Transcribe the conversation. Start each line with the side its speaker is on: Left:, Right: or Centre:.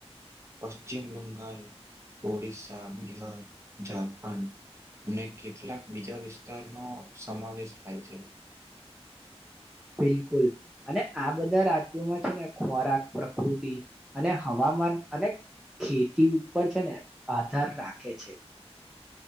Right: પશ્ચિમ બંગાલ ઓડિશસા બિહાર ઝારખંડ અને કેટલાક બીજા વિસ્તારનો સમાવેશ થાય છે
Centre: બિલકુલ અને આ બધા રાજ્યોમાં છે ને ખોરાક પ્રકૃતિ અને હવા ન અને ખેતી ઉપર છે ને આધાર રાખે છે